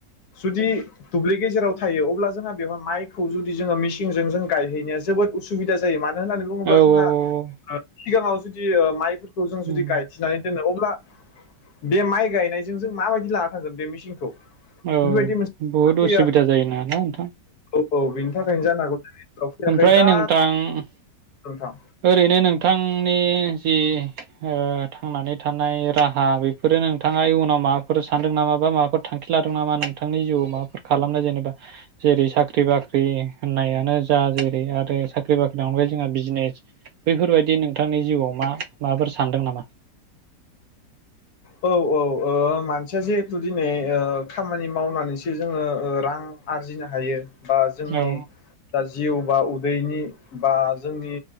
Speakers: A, on the left; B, on the right.
A: जुदि दुब्लि गेजेराव थायो अब्ला जोंहा बेहाय माइखौ जुदि जोङो मिसिन सिंजों <unintelligible> गायहैनाया जोबोद असुबिदा जायो मानो होनबा मानो होननानै बुङोब्ला
B: औ
A: जोंहा
B: औ
A: ओ सिगाङाव जुदि माइफोरखौ जों जुदि
B: उम
A: गायथिनानै दोनो अब्ला बे माइ गायनायजों जों माबायदि लाना थांगोन बे मेचिनखौ बेफोरबायदि
B: औ
A: मोनसे
B: बहुद उसुबिदा
A: फैया
B: जायोना ना नोंथां
A: औ औ बिनि थाखायनो जानांगौ ज फैयाखै
B: ओमफ्राय
A: दा
B: नोंथां
A: नोंथां
B: ओरैनो नोंथांनि जि ओ थांनानै थानाय राहा बेफोरो नोंथाङा इयुनाव माबाफोर सानदों नामा बा माबाफोर थांखि खि लादों नामा नोंथांनि जिउआव माबाफोर खालामनो जेनेबा जेरै साख्रि-बाख्रि होननायानो जा जेरै आरो साख्रि बाख्रिनि अनगायै जोंहा बिजनेस बैफोरबायदि नोंथांनि जिउआव मा माबाफोर सानदों नामा
A: औ औ मानसिया ओ जिहेथु दिनै खामानि मावनानैसो जोङो ओ रां आरजिनो हायो बा जोंनि
B: औ
A: दा जिउ बा उदैनि बा जोंनि